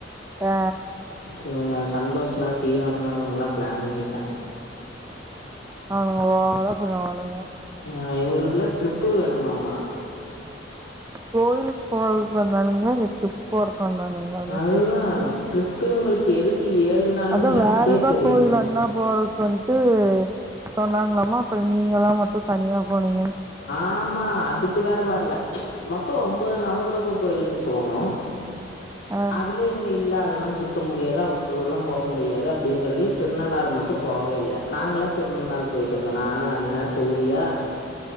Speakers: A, on the right; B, on the left.
A: ஆ
B: இவங்க சந்தோஷ் ண்ணா சீனு அண்ணா அவங்கல்லா பிளான் பண்ணிட்டாங்க
A: அவனுங்க ஓவரா பண்ணுவானுங்க
B: அ இவங்களுக்கெல்லா ட்ரிப்பு வேணுமாமா
A: கோயிலுக்கு போறதுக்கு வந்தானுங்களா இல்ல டிரிப் போறதுக் வந்தானுங்கலானுதா
B: அதுதான்
A: தெரியல
B: ட்ரிப்பு இவங்களுக்கு எதுக்கு ஏழு நாள்னு
A: அதா
B: எனக்கே
A: வேற ஏதா
B: தெரியல
A: கோயில் எங் னா போறதுக்கு வன்ட்டு சொன்னாங்களாமா அப்பற நீங்க எல்லா மட்டு தனியா போனீங்க
B: ஆமா அதுக்கு வேற வரல, மொத்த ஒம்போது நவக்கிரக கோயிலுக்கு போனோ
A: ஆ
B: அதுல இவங்க இல்ல அதெல்லா சுத்த முடியாது அந் த ஊர்லா போமுடியாது அப்படின்னு சொல்லி திருநாள்ளாறு மட்டு போவே இல்ல நாங்க எல்லா திருநெள்ளாறு போயிட்டு வந்தோ நானு, அண்ண, சூர்யா